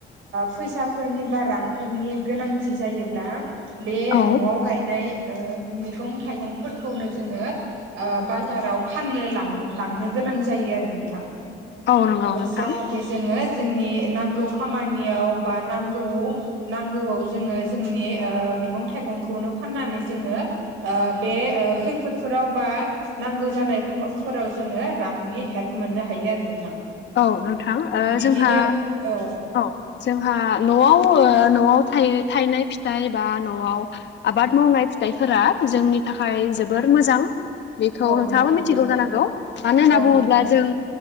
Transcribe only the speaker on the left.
औ
औ नंगौ नोंथां
औ नोंथां
जोंहा
औ जोंहा न'आव न'आव थायनाय फिथाइ ए बा न'आव आबाद मावनाय फिथाइफोरा जोंनि थाखाय जोबोर मोजां बेखौ
नोंथांङाबो
मिथिगौ
जानांगौ मानो होनना
बुंङोब्ला
जों